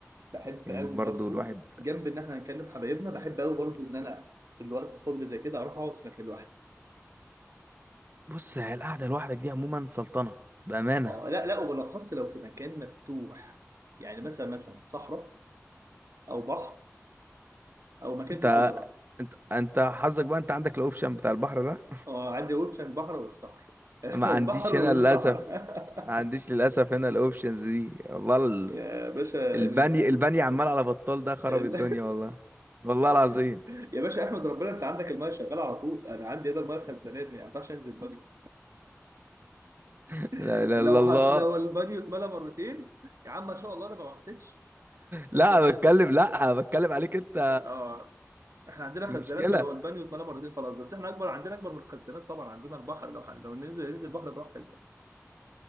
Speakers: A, on the right; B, on the right.
A: بحب
B: يعني
A: قوي
B: برضو
A: برضو
B: الواحد
A: جنب ان احنا هنكلم حبايبنا بحب قوي برضو ان انا في الوقت الفاضي زي كده اروح اقعد في مكان لوحدي
B: بص هي القعده لوحدك دي عموما سلطنه بامانه
A: اه لا لا وبالاخص لو في مكان مفتوح يعني مثلا مثلا صحراء او بحر او مكان
B: انت
A: فيه خضره
B: انت انت حظك بقى انت عندك الاوبشن بتاع البحر ده
A: اه عندي اوبشن البحر والصحراء
B: <laughs>
A: <laughs>
B: ما
A: البحر
B: عنديش
A: والصحراء
B: هنا للاسف ما
A: <laughs>
B: عنديش للاسف هنا الاوبشنز دي والله ال-
A: يا باشا
B: البني
A: ال...
B: البني عمال على بطال ده خرب
A: ال...
B: الدنيا والله والله العظيم
A: <laughs> يا باشا احمد ربنا انت عندك المايه شغاله على طول انا عندي هنا المايه خزانات ما ينفعش انزل بانيو
B: <laughs>
A: <laughs>
B: لا اله
A: لو
B: الا الله
A: حط... لو البانيو اتملى مرتين يا عم ما شاء الله انا ما حسيتش بس
B: لا
A: بجد
B: بتكلم لا بتكلم عليك انت
A: اه احنا عندنا
B: دي
A: خزانات
B: مشكله
A: فلو البانيو اتملى مرتين خلاص بس احنا اكبر عندنا اكبر من الخزانات طبعا عندنا البحر لو حن... لو ننزل ننزل البحر براحتك بقى